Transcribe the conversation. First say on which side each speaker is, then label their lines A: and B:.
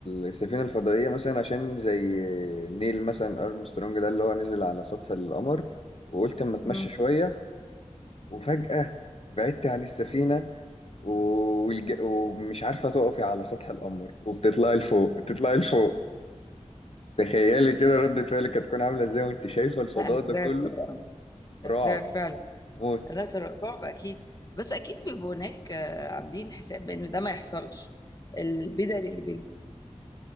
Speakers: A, on the left; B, on the left.
A: السفينه الفضائيه مثلا عشان زي نيل مثلا ارمسترونج ده اللي هو نزل على سطح القمر وقلت اما اتمشى
B: مم.
A: شويه وفجاه بعدت عن السفينه والج... ومش عارفه تقفي على سطح القمر وبتطلعي لفوق بتطلعي لفوق تخيلي كده ردة فعلك هتكون عامله ازاي وانت شايفه الفضاء
B: لا هترعب
A: ده كله
B: طبعا ده
A: رعب
B: هترعب فعلا
A: موت
B: لا تر- رعب اكيد بس اكيد بيبقوا هناك آه، عاملين حساب بان ده ما يحصلش البدل اللي